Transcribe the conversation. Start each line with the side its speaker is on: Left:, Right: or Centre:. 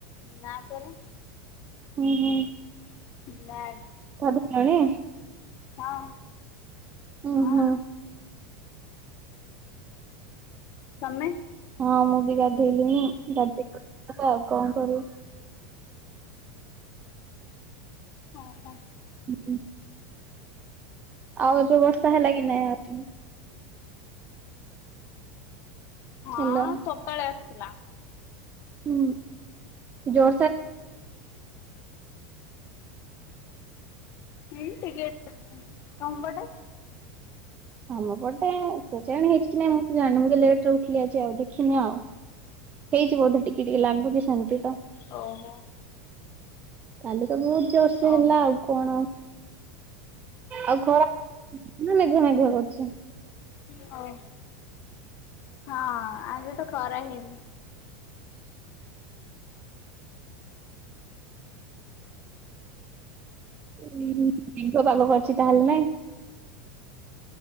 Left: ନା ପରା
Right: ହୁଁ ହୁଁ।
Left: ନାଁ।
Right: ସାଧୁ ଖେଣି
Left: ହଁ।
Right: ଓ
Left: ହଁ।
Right: ହୋ।
Left: ତମେ
Right: ହଁ ମୁଁ ବି ଗାଧେଇଲିଣି <unintelligible> କଣ କରୁଛୁ?
Left: ଓହୋ।
Right: <inaudible> ଆଉ ଏବେ ବର୍ଷା ହେଲା କି ନାଇଁ ଆଉ ଏଇଟି
Left: ହଁ
Right: ହ୍ୟାଲୋ।
Left: ସକାଳେ ଥିଲା।
Right: ହଁ। ଜେ
Left: ହଁ ଟିକେବ ଟା
Right: ଆମ ପଟେ କିଏ ଜାଣି ହେଇଛି କି ନାହିଁ ମୁଁ ତ ଜଣିନି ମୁଁ ଲେଟିରି ଉଠିଲି ଆଜି ଦେଖିନାହିଁ ହେଇଛି ବେଧେ ଟିକିଏ ଟିକିଏ ଲାଗୁଛି ସେମିତେ ତ
Left: ଓହୋ।
Right: କାଲି ତ ବହୁତୁ ଜେସେ
Left: ଓହୋ
Right: ହେଲା ଆଉ କଣ ଆଉ କଣ ମେଘୁଆ ମେଘୁଆ କରୁଛି।
Left: ହଁ ହଁ ଆଜିତ ଖରା ହଇନି।
Right: ମେଘ ପାଗ କରିଛି ତାହେଲେ ନାହିଁ।